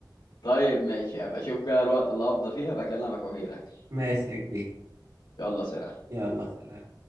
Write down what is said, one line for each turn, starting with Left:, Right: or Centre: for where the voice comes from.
Left: طيب ماشي هبقى اشوف كده الوقت اللي هفضى فيه هبقى اكلمك واجيلك
Right: ماشي يا كبير
Left: يلا سلام
Right: يلا سلام